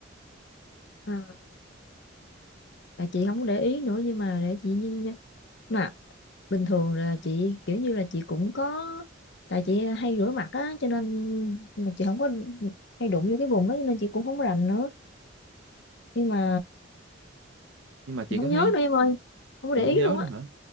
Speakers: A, on the left (about 65°); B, on the right (about 65°).
A: à, tại chị không có để ý nữa nhưng mà để chị nhìn mà bình thường là chị kiểu như là chị cũng có tại chị hay rửa mặt á cho nên mà chị không có hay đụng vô cái vùng đó cho nên chị cũng không có rành nữa nhưng mà
B: nhưng mà chị
A: chị không
B: có thấy
A: nhớ nữa em ơi không có
B: chị
A: để
B: không
A: ý
B: nhớ
A: luôn á
B: nữa hả